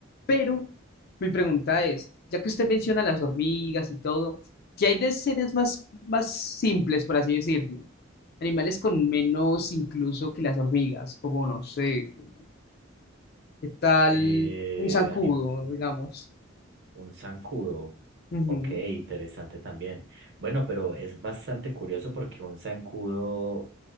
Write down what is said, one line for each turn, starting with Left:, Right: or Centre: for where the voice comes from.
Left: Pero mi pregunta es, ya que usted menciona las hormigas y todo, ¿qué hay de seres más, más simples, por así decirlo? Animales con menos incluso que las hormigas, como no sé, como, ¿qué tal
Right: Eh,
Left: un zancudo,
Right: anim-
Left: digamos?
Right: Un zancudo.
Left: Ujú,
Right: Ok, interesante también. Bueno, pero es bastante curioso porque un zancudo,